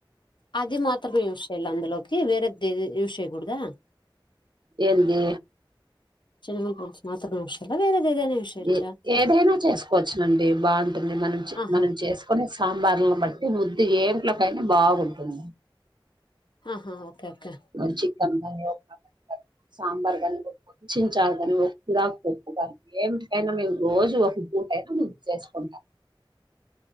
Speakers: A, on the left; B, on the right.
A: అది మాత్రమే యూజ్ చేయాలి అందులోకి వేరేదేది యూష్ చేయకుడదా
B: ఎంది
A: <unintelligible> మాత్రమే <unintelligible> వేరేది ఏదైనా యూస్ చేయొచ్చా
B: ఏ ఏదైనా చేసుకోవచ్చునండి బాగుంటుంది మనం చె
A: ఆహా
B: మనం చేసుకునే సాంబార్లను బట్టి ముద్దు ఏం ఇంట్లోకైనా బాగుంటుంది.
A: ఆహా ఓకే ఓకే
B: మంచికన్మయె సాంబార్ గని కొంచం చారు గని ఒక కిరాక్ పప్పు <inaudible> మేమ్ రోజు ఒక్కపూట అయినా ముంచెస్కుంటాం.